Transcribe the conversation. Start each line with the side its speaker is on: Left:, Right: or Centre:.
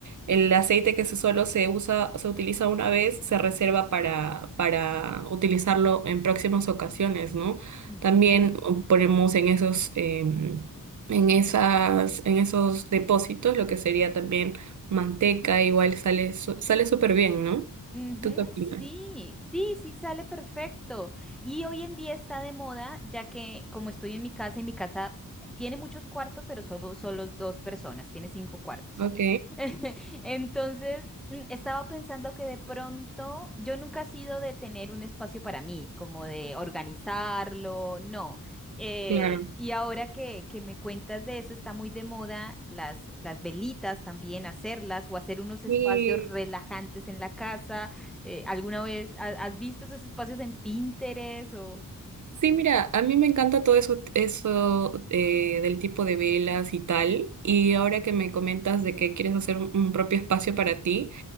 Right: el aceite que se solo se usa, se utiliza una vez, se reserva para, para utilizarlo en próximas ocasiones, ¿no?
Centre: ujú,
Right: También uh, ponemos en esos, em, en esas, en esos depósitos lo que sería también manteca, igual sale, su- sale súper bien, ¿no?
Centre: ujú,
Right: ¿Tú qué opinas?
Centre: Sí, sí, sí, sale perfecto. Y hoy en día está de moda, ya que como estoy en mi casa y mi casa tiene muchos cuartos, pero solo, solo dos personas, tiene cinco cuartos.
Right: Ok,
Centre: <laughs> Entonces, mm, estaba pensando que de pronto yo nunca he sido de tener un espacio para mí, como de organizarlo, no. Eh,
Right: claro.
Centre: y ahora que, que me cuentas de eso, está muy de moda las, las velitas también, hacerlas o hacer unos espacios
Right: Y
Centre: relajantes en la casa. Eh, ¿alguna vez ha- has visto esos espacios en Pinterest o...?
Right: sí, mira, a mí me encanta todo eso, eso eh, del tipo de velas y tal. Y ahora que me comentas de que quieres hacer un, un propio espacio para ti.